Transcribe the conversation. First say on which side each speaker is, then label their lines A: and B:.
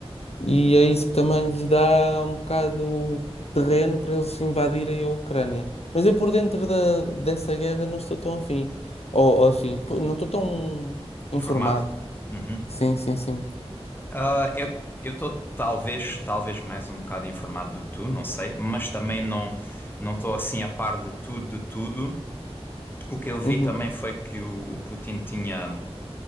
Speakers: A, on the left (about 75°); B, on the left (about 20°).
A: E é isso que também lhes dá um bocado terreno para eles invadirem a Ucrânia. Mas eu por dentro da, dessa guerra não estou tão afim. Ou, ou afim, pô, não estou tão
B: informado.
A: informado.
B: Uhum.
A: Sim, sim, sim.
B: Ah, eu eu estou talvez talvez mais um bocado informado do que tu, não sei, mas também não não estou assim a par de tudo de tudo. O que eu vi
A: Uhum,
B: também foi que o, o Putin tinha,